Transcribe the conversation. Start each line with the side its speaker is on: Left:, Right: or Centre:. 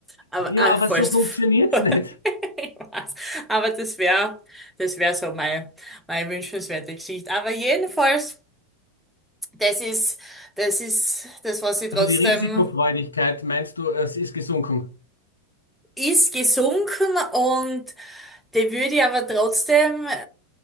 Centre: Aber
Left: Ja,
Centre: ah,
Left: aber
Centre: falls.
Left: so funktioniert's
Centre: <laughs>
Left: nicht.
Centre: Ich weiß. Aber das wäre, das wäre so mein, meine wünschenswerte Geschichte. Aber jedenfalls, das ist, das ist das, was ich
Left: Also
Centre: trotzdem
Left: die Risikofreudigkeit, meinst du, es ist gesunken?
Centre: ist gesunken und die würde ich aber trotzdem äh,